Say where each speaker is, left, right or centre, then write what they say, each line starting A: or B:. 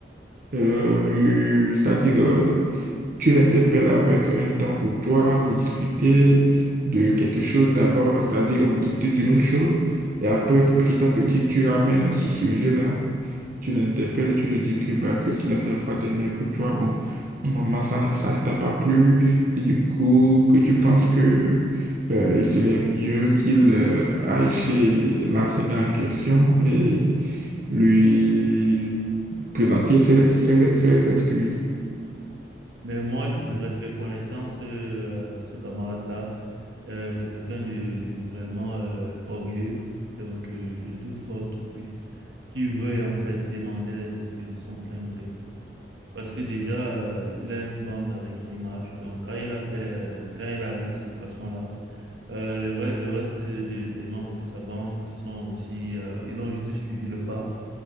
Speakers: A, on the right; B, on the right.
A: Euh, lui, c'est-à-dire, euh, tu l'interpelles avec un ton courtois, vous discutez de quelque chose d'abord, c'est-à-dire, vous discutez d'une autre chose, et après, petit à petit, tu ramènes ce sujet-là tu l'interpelles, tu lui dis que bah, que ce qu'il a fait la fois dernière, que toi, bon, normalement, ça, ça ne t'a pas plu, et du coup, que tu penses que euh, il serait mieux qu'il euh, aille chez l'enseignant en question et lui présenter ses, ses- ses excuses.
B: Mais moi, je dirais que connaissant ce, euh, ce camarade-là, euh, c'est quelqu'un de, de vraiment euh, orgueilleux. Donc, euh, je doute fort qu'il puisse, qu'il veuille en fait demander les excuses de son plein gré. Parce que déjà, euh, il a une bande avec qui il marche. Donc, quand il a fait, euh, quand il a agi de cette façon-là, Euh, le, re- le reste de- de- des membres de sa bande, ils sont aussi, euh, ils ont juste suivi le pas